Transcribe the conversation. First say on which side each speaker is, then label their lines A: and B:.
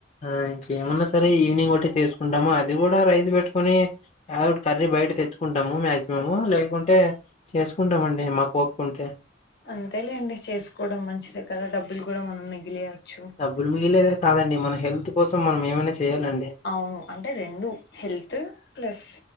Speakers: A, on the left; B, on the left.
A: ఆ ఇంకేమన్నా సరే ఈవినింగ్ ఒకటి చేసుకుంటాము అది కూడా రైస్ పెట్టుకొని యాదో ఒకటి కర్రీ బయట తెచ్చుకుంటాము మాక్సిమం లేకుంటే చేసుకుంటాం అండి మాకు ఓపిక ఉంటే
B: అంతేలేండి చేసుకోవడం మంచిదే కదా డబ్బులు కూడా మనం మిగిలియచ్చు
A: డబ్బులు మిగిలిలేదే కాదండి మన హెల్త్ కోసం మనం ఏమైనా చేయాలండి
B: అవును అంటే రెండు హెల్త్ ప్లస్